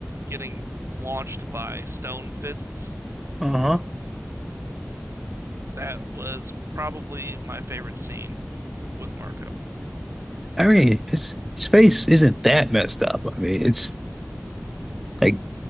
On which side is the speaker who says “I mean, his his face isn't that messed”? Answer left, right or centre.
Centre